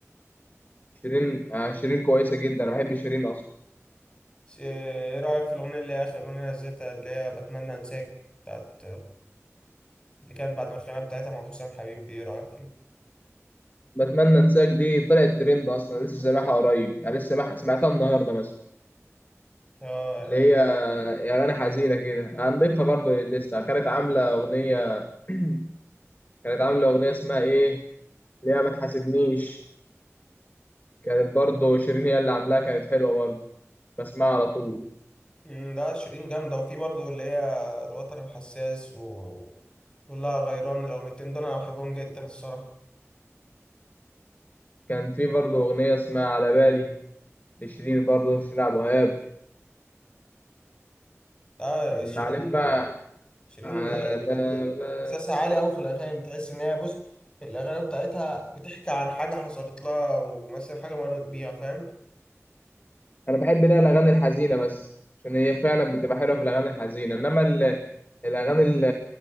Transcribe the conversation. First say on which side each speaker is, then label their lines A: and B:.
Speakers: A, on the left; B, on the left.
A: شيرين آه، شيرين كويسه جدا انا بحب شيرين اصلا
B: ش- ايه رأيك في الاغنية اللي هي اخر اغنية نزلتها اللي هي بتمنى انساك بتاعت اللي كانت بعد الخناقة بتاعتها مع حسام حبيب دي ايه رأيك فيه
A: بتمنى انساك دي طلعت ترند اصلا لسه سامعها قريب يعني لسه سامعها سمعتها النهارده مثلا
B: اه
A: اللي
B: يعني
A: هي يا اغاني حزينه كده هنضيفها برضو للليسته كانت عامله اغنيه <clears throat> كانت عامله اغنيه اسمها ايه اللي هي ما تحاسبنيش كانت برضو شيرين هي اللي عاملاها كانت حلوه برضو بسمعها على طول
B: مم، لا شيرين جامدة وفي برضه اللي هي الوتر الحساس و والله غيران الأغنيتين دول أنا بحبهم جدا الصراحة
A: كان في برضو اغنيه اسمها على بالي لشيرين برضو شيرين عبد الوهاب
B: آه
A: معلف
B: شيرين
A: بقى
B: شيرين
A: على
B: يعني
A: بالي
B: إحساسها عالي أوي في الأغاني تحس إن هي بص الأغاني بتاعتها بتحكي عن حاجة حصلت لها ومثلا حاجة مرت بيها فاهم
A: انا بحب لا الاغاني الحزينه بس عشان هي فعلا بتبقى حلوه في الاغاني الحزينه انما ال- الاغاني ال-